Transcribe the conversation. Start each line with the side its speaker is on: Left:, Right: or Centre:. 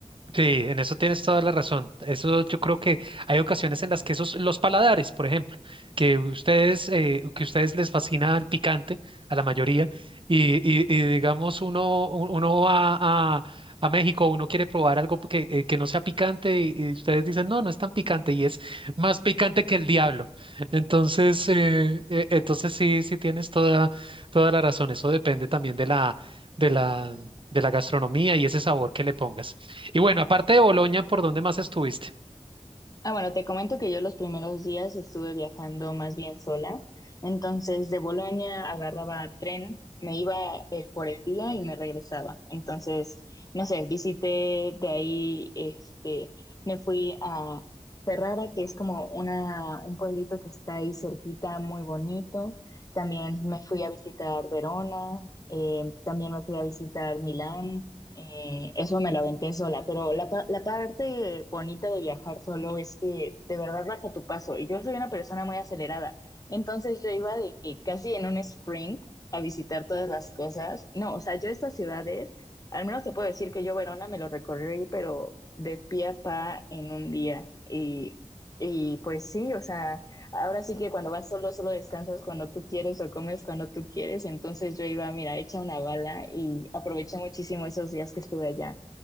Right: Sí, en eso tienes toda la razón. Eso yo creo que hay ocasiones en las que esos, los paladares, por ejemplo, que ustedes, eh, que ustedes les fascina el picante a la mayoría, y, y- y digamos uno, u- uno va a, a México, uno quiere probar algo que, eh, que no sea picante, y, y ustedes dicen, no, no es tan picante, y es más picante que el diablo. Entonces, eh, eh, entonces sí, sí tienes toda, toda la razón. Eso depende también de la, de la, de la gastronomía y ese sabor que le pongas. Y bueno, aparte de Boloña, ¿por dónde más estuviste? <laughs>
Left: Ah, bueno, te comento que yo los primeros días estuve viajando más bien sola. Entonces, de Bolonia agarraba tren, me iba eh, por el día y me regresaba. Entonces, no sé, visité de ahí, este, me fui a Ferrara, que es como una, un pueblito que está ahí cerquita, muy bonito. También me fui a visitar Verona, eh, también me fui a visitar Milán eh, eso me lo aventé sola, pero la, pa- la parte bonita de viajar solo es que de verdad vas a tu paso y yo soy una persona muy acelerada, entonces yo iba de que casi en un sprint a visitar todas las cosas, no, o sea, yo estas ciudades, al menos te puedo decir que yo Verona me lo recorrí, pero de pie a pa en un día y, y pues sí, o sea... Ahora sí que cuando vas solo, solo descansas cuando tú quieres o comes cuando tú quieres. Entonces yo iba, mira, hecha una bala y aproveché muchísimo esos días que estuve allá.